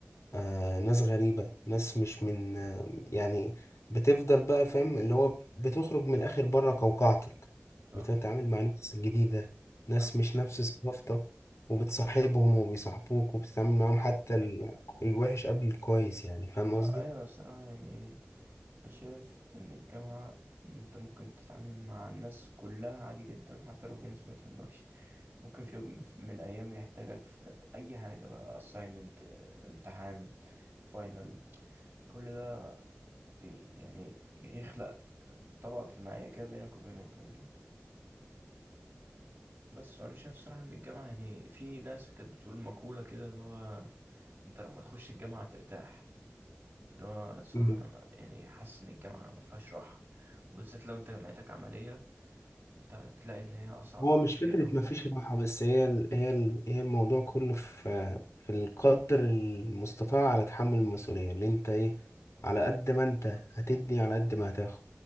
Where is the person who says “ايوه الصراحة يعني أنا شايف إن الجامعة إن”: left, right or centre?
Right